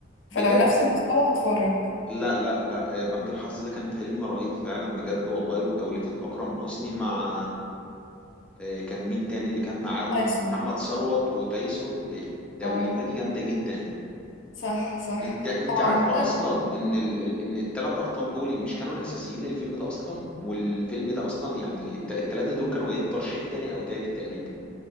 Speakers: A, on the left; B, in the centre.
A: فلو
B: بجد
A: نفس المستوى هتفرج
B: لا لا لا آه، بنك الحظ ده كان فيلم رهيب فعلا بجد والله وتوليفة أكرم حسني مع آه، كان مين تاني اللي كان معاهم
A: تايسون
B: محمد ثروت وتايسون التوليفه
A: اه
B: دي جامده جدا
A: صح صح
B: انت انت
A: هو
B: عارفه
A: عامة
B: اصلا ان ال... ال- ان الثلاث ابطال دول مش كانوا الاساسيين للفيلم ده اصلا والفيلم ده اصلا يعني الت... الثلاثه دول كانوا جايين ترشيح تاني او تالت تقريبا